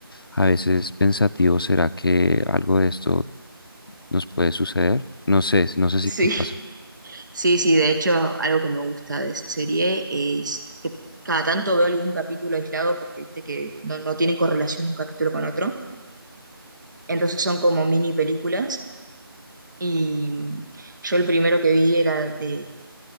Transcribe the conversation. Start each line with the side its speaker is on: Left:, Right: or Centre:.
Left: a veces pensativo, ¿será que algo de esto nos puede suceder? No sé, no sé si
Right: sí
Left: te pasa.
Right: Sí, sí, de hecho, algo que me gusta de esa serie es que cada tanto veo algún capítulo aislado porque viste que no, no tienen correlación un capítulo con otro. Entonces son como mini películas. Y yo el primero que vi era de,